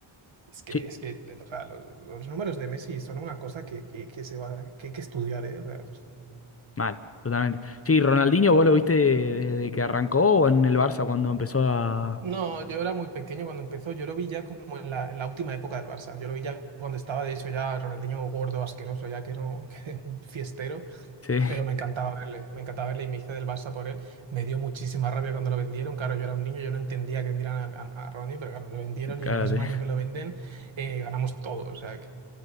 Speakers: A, on the right; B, on the left.
A: Es que,
B: Sí,
A: es que, o sea, lo- lo- los números de Messi son una cosa que, que, que se va, que hay que estudiar, ¿eh? O sea,
B: mal, totalmente. Sí, Ronaldinho, ¿vos lo viste desde que arrancó o en el Barça cuando empezó a...
A: no, yo era muy pequeño cuando empezó, yo lo vi ya como en la, en la última época del Barça, yo lo vi ya cuando estaba, de hecho, ya Ronaldinho gordo, asqueroso, ya que no, <laughs> que fiestero,
B: Sí,
A: pero me encantaba verle, me encantaba verle y me hice del Barça por él, me dio muchísima rabia cuando lo vendieron, claro, yo era un niño, yo no entendía que vendieran a, a, a Ronaldinho, pero claro, lo vendieron
B: <laughs> cárate,
A: y el mismo año que lo venden, eh, ganamos todo, o sea,